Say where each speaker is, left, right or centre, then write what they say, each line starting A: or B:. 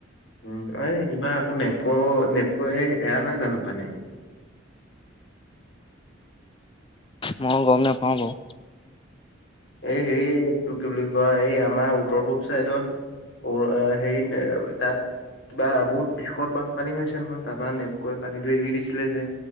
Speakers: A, on the left (about 65°); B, on the left (about 25°).
A: উম এই কিবা আকৌ নেপক- নেপক এৰা নাই জান পানী। <inaudible>
B: মই গম নাপাওঁ বাৰু।
A: এই হেৰি, এইটো কি বুলি কোৱা এই আমাৰ উত্তৰ পূব চাইদত অ সেই <unintelligible> বা বহুত বিদ বানপানী হৈছে নহয়, তাৰপা নেপকৈ পানীটো এৰি দিছে ছিল যে,